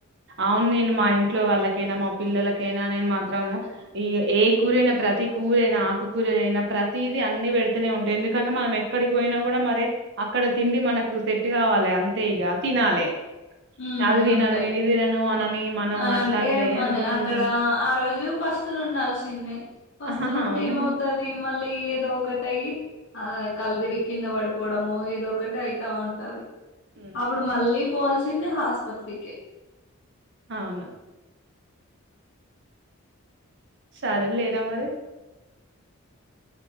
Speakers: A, on the right; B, on the left.
A: అవును నేను మా ఇంట్లో వాళ్ళకైనా మా పిల్లల ఎకైనా నేను మాత్రము ఈ ఏ కూరయినా ప్రతి కూరైనా ఆకు కూూరయినా ప్రతిది అన్ని పెడుతనే ఉంటాయి ఎందుకంటే మనం ఎక్కడికి పోయినా కూడా మరి అక్కడ తిండి మనకు సెట్ కావాలి అంతే ఇక తినాలే
B: ఉమ్
A: అది తినను
B: అంతే
A: ఇది తినను అనని మనం
B: అనంటే
A: అట్లా అంటే
B: మన
A: మ్మ్
B: అక్కడ ఆ రోజు పస్తున ఉండాాలిసి చిన్న వస్తును
A: ఆహా,
B: ఉంటే
A: అవును
B: ఏమవుతది మళ్ళీ లి ఏదో కటాయి ఆ కల్దిరికిింద
A: మ్మ్
B: వాడిపోవడం మో ఎధో ఒకటి అయిత ఉంటది
A: మ్మ్,
B: అప్పుడు మళ్ళీ పోవల్సి ఆస్పత్రికి
A: అవును సరే లేరా మరి